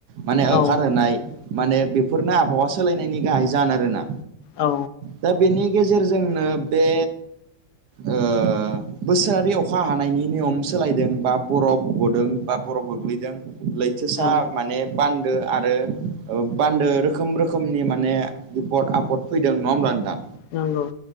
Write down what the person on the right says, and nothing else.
माने
ओखारहोनाय माने बेफोरनो आबहावा सोलायनायनि गाहाय जान आरोना?
दा बेनि गेजेरजोंनो बे ओ बोसोरारि अखा हानायनि नियम सोलायदों बा बरफ गदों बा बरफ गोग्लैदों लैथोसा
माने बान्दो आरो ओ बान्दो रोखोम रोखोमनि माने बिपद आप पट फैदों नङा ओमब्ला नोंथां